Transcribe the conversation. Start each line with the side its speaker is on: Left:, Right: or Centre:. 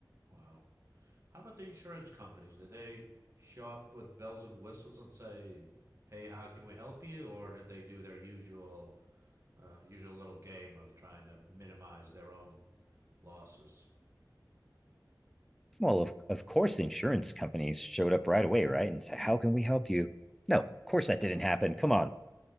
Right: wow. How about the insurance companies? Did they show up with bells and whistles and say, "Hey, how can we help you?" Or did they do their usual, uh, usual little game of trying to minimize their own losses?
Centre: Well, of, of course, the insurance companies showed up right away, right? And said, How can we help you? No, of course, that didn't happen. Come on. Of